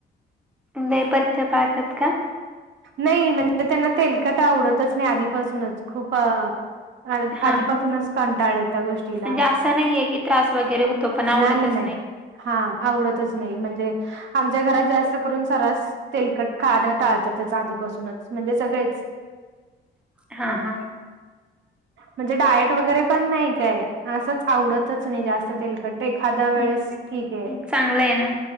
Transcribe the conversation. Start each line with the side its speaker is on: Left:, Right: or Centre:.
Centre: लय पथ्य पाळतात का?
Right: नाही म्हणजे त्यांना तेलकट आवडतच नाही आधीपासूनच खूप अ आ
Centre: हा
Right: आधीपासूनच
Centre: हा
Right: कंटाळलेत त्या गोष्टीला
Centre: म्हणजे असं नाहीये की त्रास वगैरे होतो पण आवडतच
Right: नाही नाही. हा आवडतच नाही म्हणजे आमच्या घरात जास्त करून सरास तेलकट खाणं टाळतातच आधीपासूनच म्हणजे सगळेच.
Centre: हा हा.
Right: म्हणजे डायट वगैरे पण नाही काय असंच आवडतच नाही जास्त तेलकट. एखाद्या वेळेस
Centre: हम्म,
Right: ठीक आहे
Centre: चांगलं आहे ना